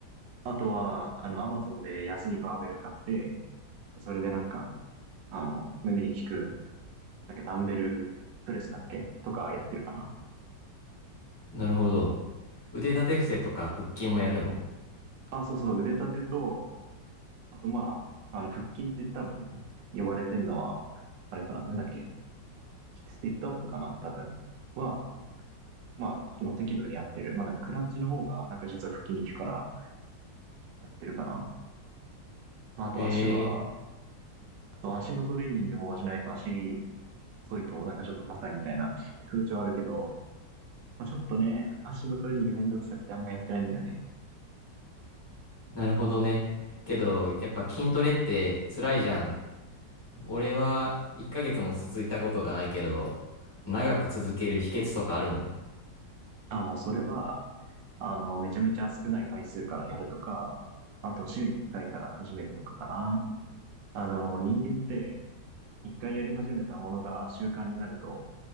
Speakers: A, on the right; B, on the left.
A: あとは、あの、アマゾンで安いバーベル買って、それでなんか、あの、胸に効くだっけ、ダンベルプレスだっけとかやってるかな。
B: なるほど。腕立て伏せとか腹筋もやるの
A: あ、そうそう、腕立てと、あとまあ、あの、腹筋って多分呼ばれてるのは、あれかな、なんだっけ、スティットアップかな、多分は、まあ、あの適度にやってる。まあでもクランチの方が、なんか実は腹筋に効くからやってるかな。まああと足は、
B: へえ、
A: あと足のトレーニングもしないと足細いとなんかちょっとダサいみたいな風潮あるけど、まあ、ちょっとね、足のトレーニングめんどくさくてあんまやってないんだよね。
B: なるほどね。けど、やっぱ筋トレって辛いじゃん。俺は1ヶ月も続いたことがないけど、長く続ける秘訣とかあるの
A: あ、もうそれは、あの、めちゃめちゃ少ない回数からやるとか、あと週に1回かいから始めるとかかな。あの、人間って1回やり始めたものが習慣になると、